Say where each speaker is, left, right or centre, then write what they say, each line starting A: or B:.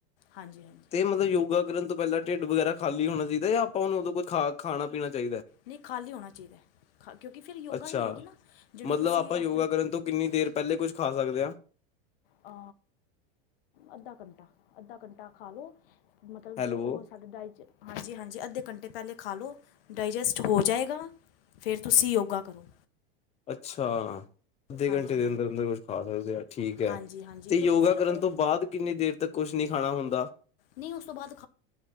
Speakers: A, on the left (about 75°); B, on the left (about 20°).
A: ਹਾਂਜੀ-ਹਾਂਜੀ।
B: ਤੇ ਮਤਲਬ ਯੋਗਾ ਕਰਨ ਪਹਿਲਾ ਢਿੱਡ ਵਗੈਰਾ ਖਾਲੀ ਹੋਣਾ ਚਾਹੀਦਾ? ਯਾ, ਆਪਾਂ ਉਹਨੂੰ ਉਦੌ ਕੋ, ਖਾਣਾ- ਪੀਣਾ ਚਾਹੀ
A: ਨਈ ਖਾਲੀ ਹੋਣਾ ਚਾਹੀਦ ਐ। ਖਾ, ਕਿਉਂਕਿ ਫੇਰ ਯੋਗਾ
B: ਅੱਛਾ
A: ਨਈ ਹੋਏਗੀ ਨਾ, ਜੇਹੜੀ
B: ਮਤਲਬ
A: ਤੁਸੀ
B: ਆਪਾਂ
A: ਆ
B: ਯੋਗਾ ਕਰਨ ਤੋ, ਕਿੰਨੀ ਦੇਰ ਪਹਿਲੇ ਕੁੱਝ ਖਾ ਸਕਦੇ ਹਾਂ?
A: ਆ, ਅੱਧਾ ਘੰਟਾ, ਅੱਧਾ ਘੰਟਾ ਖਾ ਲਓ ਮਤਲਬ
B: ਹੈਲੋ
A: ਜੋ, ਓ ਸਾਡਾ ਡਾਇ'ਚ ਹਾਂਜੀ- ਹਾਂਜੀ। ਅੱਧੇ ਘੰਟੇ ਪਹਿਲੇ ਖਾ ਲਉ ਡਾਇਜੈਸਟ ਹੋ ਜਾਏਗਾ। ਫੇਰ, ਤੁਸੀ ਯੋਗਾ ਕਰੋ।
B: ਅੱਛਾ! ਅੱਧੇ
A: ਹਾਂਜੀ
B: ਘੰਟੇ ਦੇ
A: ਹਾਂਜੀ
B: ਅੰਦਰ- ਅੰਦਰ ਕੁਛ ਖਾ ਸਕਦੇ ਆ, ਠੀਕ ਐ।
A: ਹਾਂਜੀ ਹਾਂਜੀ
B: ਤੇ, ਯੋਗਾ
A: ਕਿਉਂਕਿ ਫਿਰ
B: ਕਰਨ
A: ਉਹ
B: ਤੋ ਬਾਅਦ, ਕਿੰਨੀ ਦੇਰ ਤੱਕ ਕੁਛ ਨੀ ਖਾਣਾ ਹੁੰਦਾ?
A: ਨਈ ਓਸ ਤੋ ਬਾਦ